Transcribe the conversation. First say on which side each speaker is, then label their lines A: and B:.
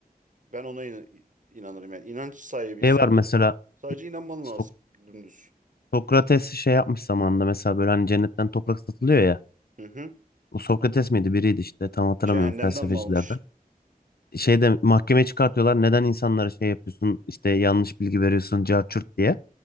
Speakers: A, on the right (about 55°); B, on the left (about 80°).
A: ben ona in- inanırım yani. İnanç sahibiysen
B: Şey var mesela
A: sadece inanman
B: So-
A: lazım dümdüz.
B: Sokrates şey yapmış zamanında mesela böyle hani cennetten toprak satılıyor ya.
A: Hı hı.
B: O Sokrates miydi biriydi işte tam hatırlamıyorum
A: Cehennemden
B: felsefecilerden.
A: mi almış?
B: şeyde mahkemeye çıkartıyorlar. Neden insanlara şey yapıyorsun işte yanlış bilgi veriyorsun carçurt diye.